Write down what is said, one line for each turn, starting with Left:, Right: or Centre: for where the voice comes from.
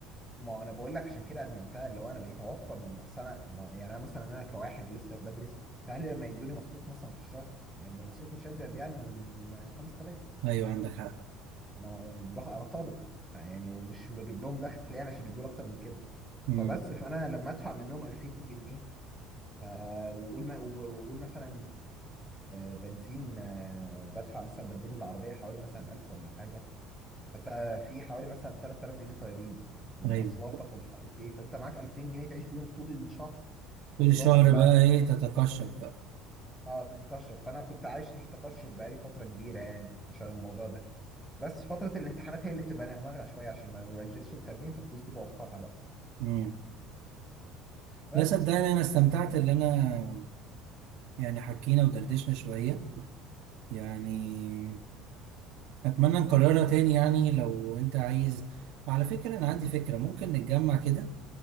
Centre: ما انا بقول لك عشان كده ادمنتها اللي هو انا بقيت اوفر من أصل انا ما- يعني انا مثلا انا كواحد لسه بدرس فاهلي لما يدوني مصروف مثلا في الشهر يعني يبقى مصروف مش ازيد يعني من 5000
Right: ايوه
Centre: يعني
Right: عندك حق
Centre: ما- باخ- انا طالب يعني ومش بجيب لهم دخل يعني عشان يدوني اكتر من كده
Right: امم
Centre: فبس فانا لما ادفع منهم 2000 جنيه ف- وقول ما- وقول مثلا البنزين آه، بدفع مثلا بنزين العربية حوالي مثلا 1000 ولا حاجة فانت في حوالي مثلا 3000 جنيه طايرين ومواصلاتك
Right: ايوه
Centre: ومش عارف ايه فانت معاك 2000 جنيه تعيش بيهم طول الشهر خروجاتك
Right: طول الشهر
Centre: بقى
Right: بقى
Centre: بك-
Right: ايه تتقشف بقى
Centre: اه تتقشف فانا كنت عايش في تقشف بقالي فترة كبيرة يعني عشان الموضوع ده بس فترة الامتحانات هي اللي بتبقى نغنغة شوية عشان ما بنزلش التمرين فالفلوس دي بوفرها بقى
Right: امم
Centre: بس
Right: لا صدقني انا استمتعت اللي انا يعني حكينا ودردشنا شوية يعني اتمنى نكررها تاني يعني لو انت عايز على فكرة انا عندي فكرة ممكن نتجمع كده